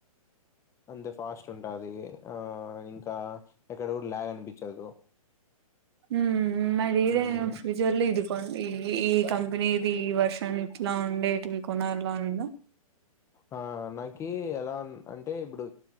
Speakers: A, on the left; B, on the right.
A: అంతే ఫాస్ట్ ఉంటది ఆ ఇంకా ఎక్కడ కూడా లాగ్ అనిపించదు
B: ఉ మరి ఇదే
A: మ్మ్.
B: ఫ్యూచర్ల ఇది కోన్ ఈ ఈ కంపెనీ ఇది ఈ వర్షన్ ఇట్లా ఉండేటివి కొనాలని ఉందా
A: ఆ నాకి ఎలా అం అంటే ఇప్పుడు